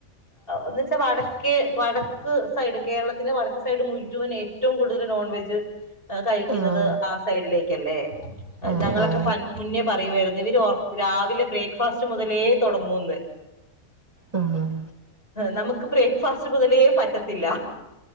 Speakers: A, on the left; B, on the right.
A: എന്ന് വെച്ചാൽ വടക്ക് വടക്ക് സൈഡ് കേരളത്തിന്റെ വടക്ക് സൈഡ് മുഴുവൻ ഏറ്റവും കൂടുതല് നോൺ വെജ് കഴിക്കുന്നത്
B: ആഹ്
A: ആ സൈഡിലേക്കല്ലേ
B: ആഹ്
A: ഞങ്ങളൊക്കെ
B: ആഹ് ആഹ്
A: മുന്നേ പറയുവായിരുന്നു ഇവര് രാവിലെ ബ്രേക്ക്ഫാസ്റ്റ് മുതലേ തുടങ്ങൂന്ന്
B: ഉം ഉം
A: നമുക്ക് ബ്രേക്ക്ഫാസ്റ്റ് മുതലേ പറ്റത്തില്ല